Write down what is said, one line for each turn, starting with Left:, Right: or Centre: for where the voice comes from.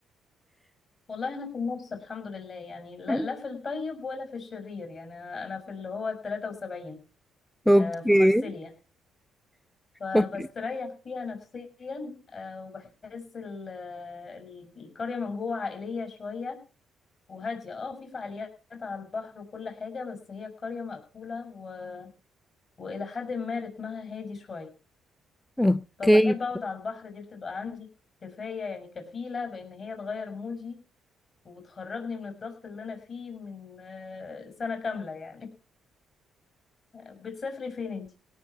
Left: والله انا في النص الحمد لله يعني لا,
Centre: <laughs>
Left: لا في الطيب ولا في الشرير يعني انا أنا في اللي هو ال 73
Centre: اوكي
Left: آه، في مارسيليا فبستريح
Centre: أوكي.
Left: فيها نفسيا آه، وبحس ال- ال- القرية من جوه عائلية شوية وهادية اه في فعاليات على البحر وكل حاجة بس هي القرية مقفولة و... وإلى حد ما رتمها هادي شوية
Centre: اوكي
Left: فبحب أقعد على البحر دي بتبقى عندي كفاية يعني كفيلة بإن هي تغير مودي وبتخرجني من الضغط اللي انا فيه من آه، سنة كاملة يعني <laughs> بتسافري فين انت